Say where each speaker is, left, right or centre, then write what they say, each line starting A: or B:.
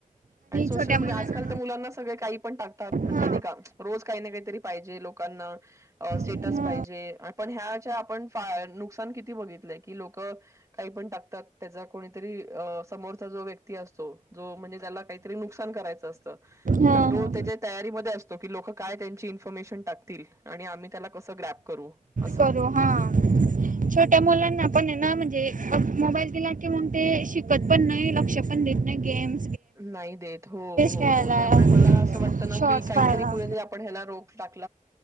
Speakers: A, on the right (about 20°); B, on the right (about 70°).
A: आणि सोशल
B: छोट्या
A: मीडिया
B: मुलांना
A: आजकाल तर मुलांना सगळे काही पण टाकतात
B: हा
A: म्हणजे नयका रोज कायना कायतरी पाहिजे लोकांना अ.. स्टेटस
B: हा
A: पाहिजे
B: हा
A: अन् पण ह्या च्या आपण भार नुकसान किती बघितलंय की लोक कं कायपण टाकतात त्याचा कोणीतरी अं.. समोरचा जो व्यक्ती असतो जो म्हणजे त्याला काहीतरी नुकसान करायचं असतं
B: हा
A: तर तो त्याच्या तयारीमध्ये असतो की लोकं काय त्यांची इन्फरमेशन टाकतील आणि आम्ही त्याला कसं ग्रप करू असं
B: करू हा छोट्या मुलांना पण आहे ना म्हणजे अ मोबाईल दिला की मंग ते शिकत पण नाही लक्ष पण देत नाही गेम
A: नाही देत हो हो
B: खेळायला
A: हो त्यामुळे मला असं वाटत ना
B: शॉर्ट्स
A: की काहीतरी
B: पाहायला
A: कुठेतरी आपण ह्याला रोप टाकत